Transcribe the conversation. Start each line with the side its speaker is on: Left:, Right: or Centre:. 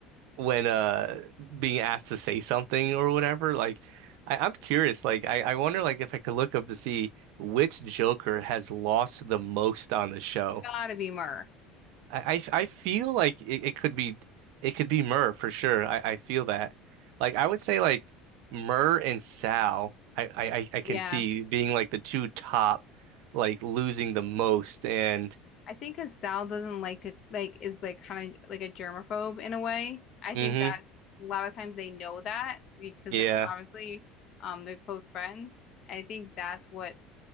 Right: when uh being asked to say something or whatever. Like I, I'm curious, like I, I wonder like if I could look up to see which Joker has lost the most on the show.
Left: Gotta be Mur.
Right: I, I I feel like it, it could be it could be Murr for sure. I, I feel that. Like I would say like Murr and Sal, I, I, I I
Left: Yeah.
Right: can see being like the two top, like losing the most and
Left: I think because Sal doesn't like to like is like kind of like a germaphobe in a way. I
Right: hmm
Left: think that a lot of times they know that because
Right: yeah.
Left: of obviously um they're close friends. I think that's what